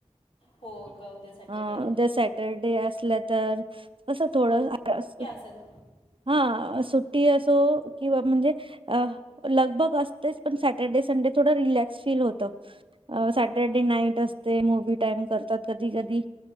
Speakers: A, on the left; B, on the right.
A: हो का उद्या सॅटर्डे
B: अ.., जर सॅटरडे असलं तर.... असं थोडं.... आ... स.
A: चल....
B: हा... सुट्टी असो.. किंवा म्हणजे.. अ.. लग -बग असतेच पण सॅटर्डे संडे थोडं रिलॅक्स फील होतं. अ सॅटरडे नाईट असते. मूवी टाईम करता त. कधी -कधी.